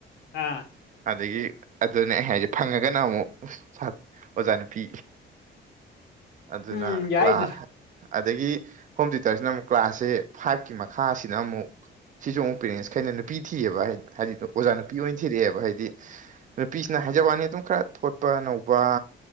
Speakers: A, on the left; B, on the right.
A: ꯑꯥ
B: ꯑꯗꯒꯤ ꯑꯗꯨꯅꯦ ꯑꯩ ꯍꯥꯏꯁꯦ ꯐꯪꯉꯒꯅ ꯑꯃꯨꯛ ꯑꯣꯖꯥꯅꯨꯄꯤ
A: <inaudible>
B: ꯑꯗꯨꯅ
A: ꯌꯥꯏꯗ
B: ꯀ꯭ꯂꯥꯁ ꯑꯗꯒꯤ ꯍꯣꯝ ꯇꯤꯌꯨꯇꯔꯁꯤꯅ ꯑꯃꯨꯛ ꯀ꯭ꯂꯥꯁꯁꯦ ꯐꯥꯏꯚꯀꯤ ꯃꯈꯥꯁꯤꯅ ꯑꯃꯨꯛ ꯁꯤꯁꯨ ꯑꯃꯨꯛ ꯄꯦꯔꯦꯟꯁ ꯈꯩꯅ ꯅꯨꯄꯤ ꯊꯤꯑꯕ ꯍꯥꯏꯗꯤ ꯍꯥꯏꯗꯤ ꯑꯣꯖꯥ ꯅꯨꯄꯤ ꯑꯣꯏꯅ ꯊꯤꯔꯛꯑꯦꯕ ꯍꯥꯏꯗꯤ ꯅꯨꯄꯤꯁꯤꯅ ꯍꯥꯏꯖꯕ ꯋꯥꯅꯤ ꯑꯗꯨꯝ ꯈꯔ ꯊꯣꯠꯄ ꯅꯧꯕ